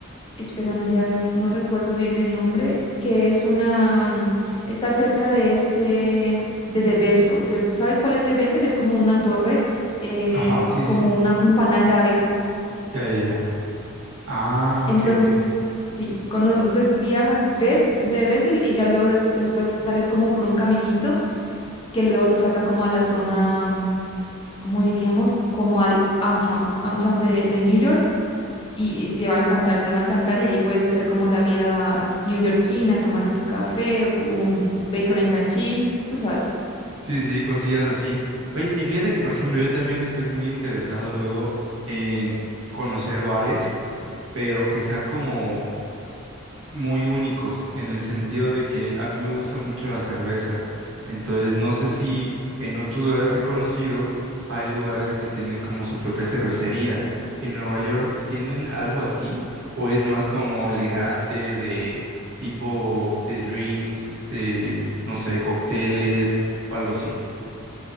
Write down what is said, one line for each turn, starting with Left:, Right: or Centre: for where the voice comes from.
Left: espérame, ya no recuerdo bien el nombre, que es una, está cerca de este, de The Bessel. De- ¿sabes cuál es The Bessel? Es como una torre, eh,
Right: Ajá, ajá, sí, sí.
Left: como una, un panal de abeja.
Right: Ya, ya, ya. Ah,
Left: Entonces,
Right: ok, ok.
Left: sí, cono- entonces viajas, ves de Bessel y ya luego de- después sales como por un caminito que luego te saca como a la zona como diríamos, como al Uptown, Uptown de, de New York, y, y te va a encantar, te va a encantar, y ahí puedes hacer como la vida neoyorquina, tomarte tu café, un bacon en and cream cheese, tú sabes.
Right: Sí, sí, cosillas así. Oye, y fíjate que, por ejemplo, yo también estoy muy interesado luego en conocer bares, pero que sean como muy únicos en el sentido de que a mí me gusta mucho la cerveza. Entonces, no sé si en otros lugares que he conocido hay lugares que tienen como su propia cervecería. ¿En Nueva York tienen algo así? ¿O es más como elegante de tipo de drinks, de, no sé, cócteles o algo así?